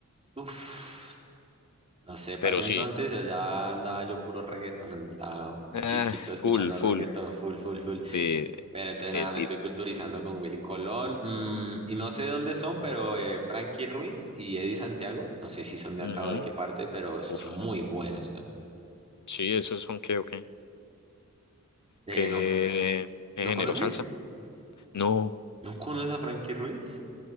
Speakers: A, on the right; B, on the left.
A: Uf, no sé, para
B: Pero
A: ese entonces
B: sí.
A: allá andaba yo puro reggaetón, estaba
B: Eh,
A: chiquito
B: full,
A: escuchando
B: full.
A: reggaetón, full, full, full.
B: Sí,
A: Pero entonces
B: eh,
A: nada, me
B: y-
A: estoy culturizando con Willy Colón, mm, y no sé dónde son, pero eh, Frankie Ruiz y Eddie Santiago, no sé si son de
B: ujú.
A: acá o de qué parte, pero son
B: Uf,
A: muy buenos. weón.
B: sí, esos son que, ok,
A: Eh,
B: qué
A: ¿no,
B: género
A: no conoces?
B: salsa. No,
A: ¿No conoces a Frankie Ruiz?